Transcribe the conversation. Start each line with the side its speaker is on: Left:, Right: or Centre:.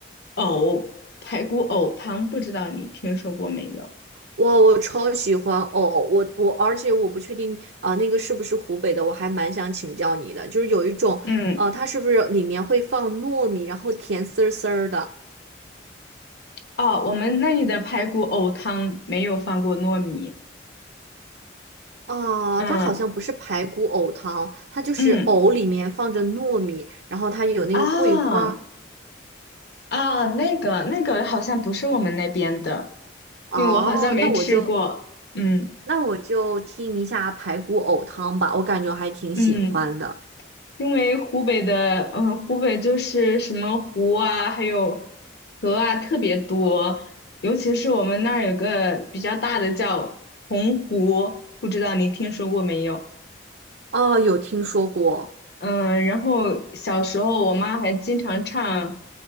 Left: 藕排骨藕汤，不知道你听说过没有？
Right: 哇，我超喜欢哦！我我，而且我不确定啊、那个是不是湖北的？我还蛮想请教你的，就是有一种，
Left: 嗯。
Right: 呃，它是不是里面会放糯米，然后甜丝儿丝儿的？
Left: 哦，我们那里的排骨藕汤没有放过糯米。
Right: 啊，
Left: 嗯
Right: 它好像不是排骨藕汤，它就是藕里面放着糯米，
Left: 嗯
Right: 然后它有那个桂花。
Left: 啊啊，那个那个好像不是我们那边的，
Right: 哦，
Left: 因为我好像没吃过。
Right: 那我就
Left: 嗯
Right: 那我就听一下排骨藕汤吧，我感觉我还挺喜欢的。
Left: 嗯，因为湖北的嗯湖北就是什么湖啊，还有河啊特别多，尤其是我们那儿有个比较大的叫洪湖，不知道你听说过没有？
Right: 哦，有听说过。
Left: 嗯，然后小时候我妈还经常唱